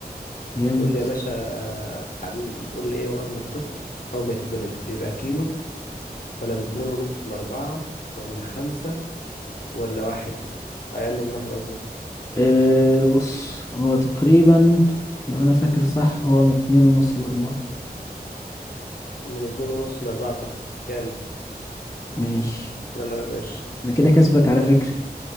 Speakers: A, on the left (about 20°); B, on the left (about 60°).
A: جامد
B: قول
A: يا
B: لي
A: اسطى
B: يا باشا حبيبي قول لي ايه وزن الطفل أول ما يتولد بيبقى كيلو ولا من اتنين ونص لأربعة ولا خمسة ولا واحد أقل من واحد قصدي
A: أه بص هو تقريبا لو انا فاكر صح هو من اتنين ونص لاربعة
B: من اتنين ونص لأربعة صح جامد
A: ماشي
B: يلا يا باشا
A: انا كده كسبك على فكرة